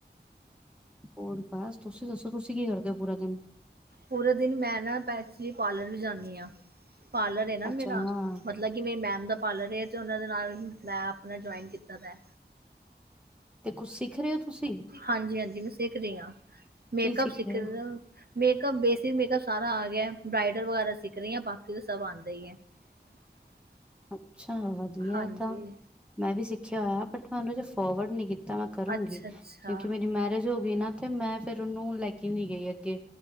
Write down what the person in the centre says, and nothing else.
ਹੋਰ ਬਸ, ਤੁਸੀਂ ਦੱਸੋ, ਤੁਸੀਂ ਕੀ ਕਰਦੇ ਹੋ ਪੂਰਾ ਦਿਨ?
ਅੱਛਾ ਹਾਂ
ਤੇ ਕੁਛ ਸਿੱਖ ਰਹੇ ਹੋ ਤੁਸੀਂ
ਕੀ
ਰਹੇ ਹੋ
ਅੱਛਾ ਵਧੀਆ
ਤਾਂ, ਮੈਂ ਵੀ ਸਿੱਖਿਆ ਹੋਇਆ, ਬਟ ਮੈਂ ਉਹਨੂੰ ਹਜੇ ਫੋਰਵਰਡ ਨਹੀਂ ਕੀਤਾ ਮੈਂ ਕਰੂੰਗੀ,
ਕਿਉਂਕਿ ਮੇਰੀ ਮੈਰਿਜ ਹੋ ਗਈ ਨਾ, ਤੇ ਮੈਂ ਫੇਰ ਉਹਨੂੰ ਲੈ ਕੇ ਨੀ ਗਈ ਅੱਗੇ।